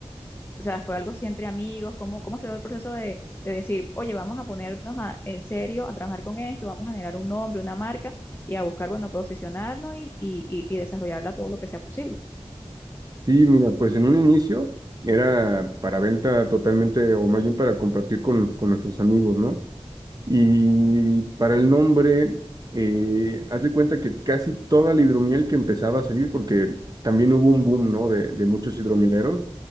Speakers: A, on the left; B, on the right.
A: o sea, fue algo así entre amigos, cómo, cómo se dio el proceso de, de decir, oye, vamos a ponernos a- en serio a trabajar con esto, vamos a generar un nombre, una marca y a buscar, bueno, posicionarnos y, y, y y desarrollarla todo lo que sea posible.
B: Sí, mira, pues en un inicio era para venta totalmente, o más bien para compartir con, con nuestros amigos, ¿no? Y para el nombre, eh, haz de cuenta que casi toda la hidromiel que empezaba a salir, porque también hubo un boom, ¿no? De, de muchos hidromieleros